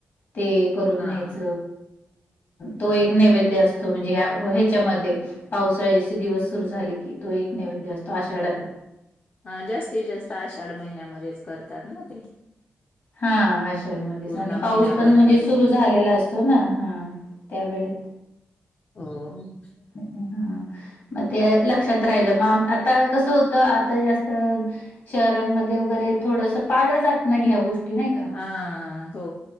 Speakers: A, on the left (about 55°); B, on the left (about 40°).
A: ते करून
B: हा
A: न्यायच
B: हा
A: तो एक
B: हा.
A: नैवेद्य असत म्हणजे ह ह्याच्यामध्ये पावसाळ्याचे दिवस सुरु झाले की तो एक नैद असतो तो आशाढत
B: अ जास्तीत जास्त आषाढ महिन्यामध्येच करतात ना ते
A: हा आषाढ मध्येच
B: पूर्ण
A: आणि पाऊस
B: महिनाभर
A: पण म्हणजे
B: कधी
A: सुरू
B: पण
A: झालेला असतो ना हा त्यावेळ
B: ह
A: हा मग ते लक्षात राहिलं मग आता कसं होतं आता जास्त शहरांमध्ये वगैरे थोडस पाळलं जात नाही ह्या गोष्टी नाही का
B: हा हो